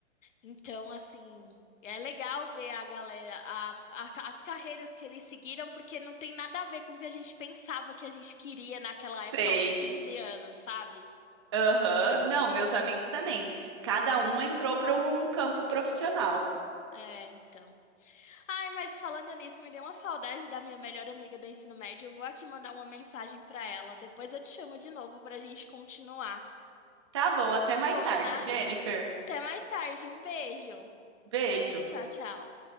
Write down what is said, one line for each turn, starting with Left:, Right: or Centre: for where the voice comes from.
Left: Então, assim, é legal ver a galera, a- a- as carreiras que eles seguiram, porque não tem nada a ver com o que a gente pensava que a gente queria naquela
Right: sei.
Left: época aos 15 anos, sabe?
Right: Aham. Não, meus amigos também. Cada um entrou para um um campo profissional.
Left: É, então. Ai, mas falando nisso, me deu uma saudade da minha melhor amiga do ensino médio. Eu vou aqui mandar uma mensagem pra ela. Depois eu te chamo de novo pra gente continuar.
Right: Tá bom, até mais
Left: Combinado?
Right: tarde, Jennifer.
Left: Até mais tarde. Um beijo.
Right: Beijo.
Left: Tchau, tchau.